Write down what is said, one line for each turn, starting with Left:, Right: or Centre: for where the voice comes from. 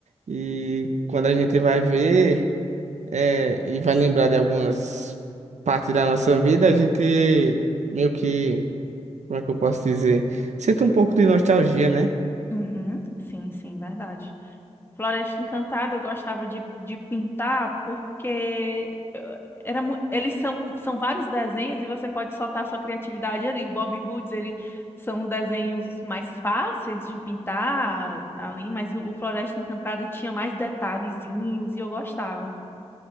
Right: E quando a gente vai ver é, e vai lembrar de algumas partes da nossa vida, a gente meio que, como é que eu posso dizer? Sente um pouco de nostalgia, né?
Left: Uhum, sim, sim, verdade. Floresta Encantada eu gostava de, de pintar porque eh, era, mu- eles são, são vários desenhos e você pode soltar sua criatividade ali. O Bob Goods, ele são desenhos mais fáceis de pintar ali, mas o, o Floresta Encantada tinha mais detalhezinhos e eu gostava.